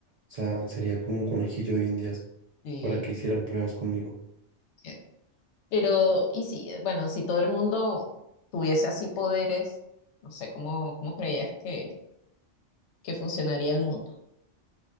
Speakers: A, on the right; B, on the left.
A: sea, sería como un conejillo de Indias
B: Sí.
A: para que hicieran pruebas conmigo.
B: eh, Pero, y sí, eh, bueno, si todo el mundo tuviese así poderes, no sé cómo, cómo creías que, que funcionaría el mundo.